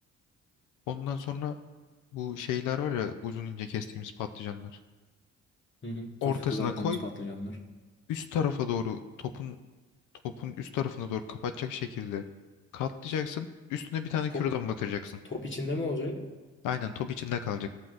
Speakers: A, on the left (about 85°); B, on the left (about 40°).
A: Ondan sonra bu şeyler var ya uzun ince kestiğimiz patlıcanlar.
B: Hı hı.
A: Ortasına
B: Hafif kızarttığımız
A: koy,
B: patlıcanlar.
A: üst tarafa doğru topun topun üst tarafına doğru kapatacak şekilde katlayacaksın. Üstüne bir tane
B: Top,
A: kürdan batıracaksın.
B: top içinde mi olacak?
A: Aynen top içinde kalacak.